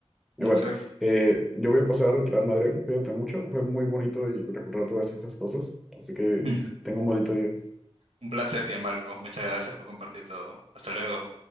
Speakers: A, in the centre; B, on the right.
A: Y
B: Exacto.
A: bueno, eh, yo voy a pasar a retirarme, Adrián. Cuídate mucho. Fue muy bonito y recordar todas estas cosas. Así que
B: <laughs>
A: tengo un bonito día.
B: Un placer, ya Marcos. Muchas gracias por compartir todo. Hasta luego.